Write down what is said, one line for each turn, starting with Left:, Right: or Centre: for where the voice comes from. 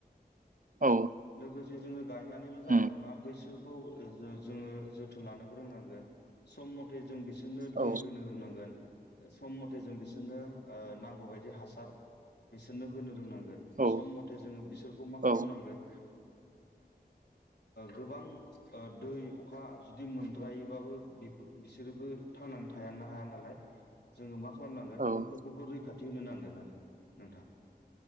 Right: औ
Left: लोगोसे जोङो गायनानैल' जानाय
Right: उम
Left: नङा बैसोर खौ जोंङो जोथोन लोनोबो रोंनांगोन सम मथे जों बि बिसोरनो
Right: औ
Left: दै होनो रोंनांगोन सम मथे जों बिसोरनो नांगौ बायदि हासार बिसोरनो होनो रोंनांगौ
Right: औ
Left: सम मथे जोङो बिसोरखौ मा खालामनांगोन
Right: औ
Left: गोबां दै अखा जुदि मोनद्रायोबाबो बिसोरोबो थांनानै थायानो हाया नालाय जोङो मा खालाम खालामनांगोन
Right: औ
Left: बैफोरखौबो रैखाथि नो नांगोन आरो नोंथां